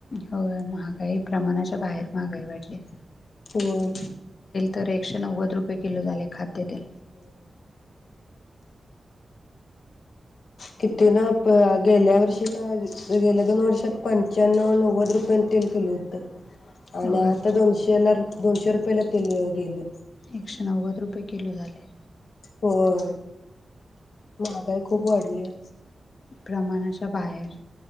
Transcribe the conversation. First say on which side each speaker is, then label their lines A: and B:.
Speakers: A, on the left; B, on the left.
A: हो महागाई प्रमाणाच्या बाहेर महागाई वाढल्या
B: होय
A: तर एकशे नव्वद रुपये किलो झालय खाद्यतेल
B: हम्म किती न गेल्या वर्षी का गेल्या दोन वर्षात पंचानौ - नव्वद रुपयन तेन किलो होत आणि
A: होय
B: आता दोनशेला दोनशे रुपयाेला तेल गेलं
A: एकशे नव्वद रुपये किलो झालय.
B: होय महाग गाई खूप वाढलीया
A: प्रमाणाच्या बाहेर